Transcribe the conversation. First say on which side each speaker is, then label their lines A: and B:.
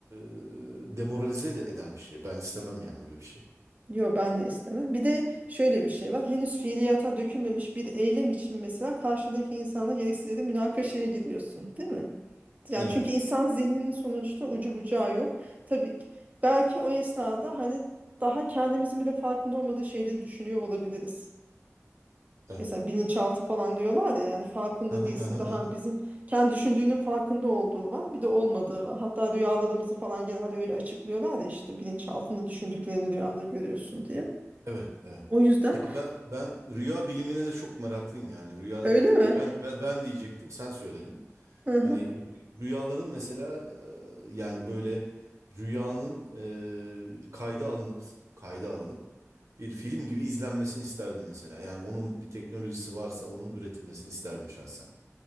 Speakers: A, on the right; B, on the right.
A: e, demoralize de eden bir şey. Ben istemem yani öyle bir şey.
B: Yo ben de istemem. Bir de şöyle bir şey var. Henüz fiiliyata dökülmemiş bir eylem için mesela karşındaki insana gereksiz yere münakaşaya giriyorsun, değil mi? Yani
A: Evet,
B: çünkü insan zihninin sonuçta ucu bucağı yok. Tabii ki- belki o esnada hani daha kendimizin bile farkında olmadığı şeyleri düşünüyor olabiliriz.
A: evet.
B: Mesela bilinçaltı falan diyorlar ya yani farkında
A: <laughs>
B: değilsin daha bizim kendi düşündüğünün farkında olduğu var bir de olmadığı var. Hatta rüyalarımızı falan genelde öyle açıklıyorlar ya işte bilinçaltında düşündüklerini rüyanda görüyorsun diye.
A: Evet, evet.
B: O yüzden
A: Ya ben ben rüya bilimine de çok meraklıyım yani. Rüya
B: öyle mi?
A: di- ben ben, ben diyecektim, sen söyledin.
B: Hı hı.
A: Hani rü- rüyaların mesela e, yani böyle rüyanın e, kayda alınıp kayda alınıp bir film gibi izlenmesini isterdim mesela. Yani onun bir teknolojisi varsa onun üretilmesini isterdim şahsen.